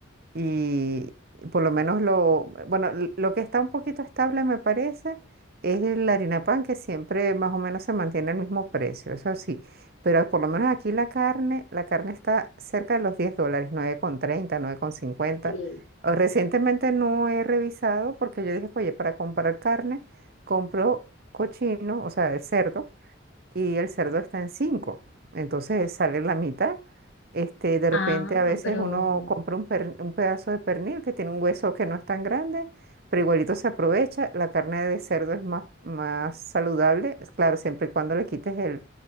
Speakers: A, on the right; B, on the left.
A: y por lo menos lo, bueno, l- lo que está un poquito estable me parece es el harina pan que siempre más o menos se mantiene el mismo precio, eso sí, pero por lo menos aquí la carne, la carne está cerca de los 10 dólares, 9,30, 9,50.
B: Sí.
A: O- Recientemente no he revisado porque yo dije, oye, para comprar carne compro cochino, o sea, el cerdo, y el cerdo está en cinco Entonces sale la mitad. Este, de repente
B: Ah,
A: a veces
B: pero...
A: uno compra un, per- un pedazo de pernil que tiene un hueso que no es tan grande, pero igualito se aprovecha. La carne de cerdo es más, más saludable, es claro, siempre y cuando le quites el,